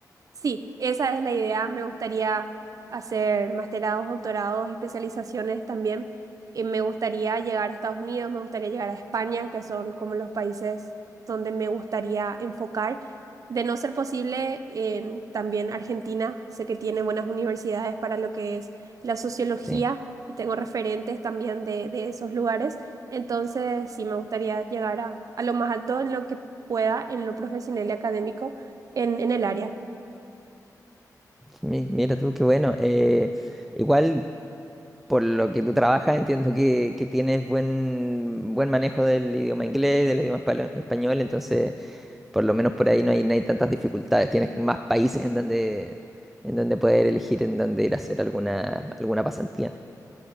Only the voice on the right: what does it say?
Sí, esa es la idea. Me gustaría hacer masterados, doctorados, especializaciones también. Y me gustaría llegar a Estados Unidos, me gustaría llegar a España, que son como los países donde me gustaría enfocar. De no ser posible, en también Argentina. Sé que tiene buenas universidades para lo que es la sociología
y tengo referentes también de, de esos lugares. Entonces, sí, me gustaría llegar a, a lo más alto en lo que pueda, en lo profesional y académico, en en el área.